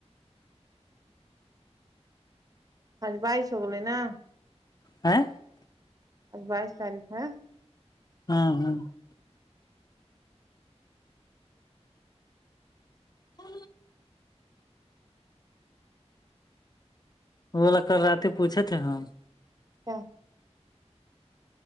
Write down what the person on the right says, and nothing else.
ہج بائیس ہوگولے نا
ا بائیس تاریخ ہے
ہاں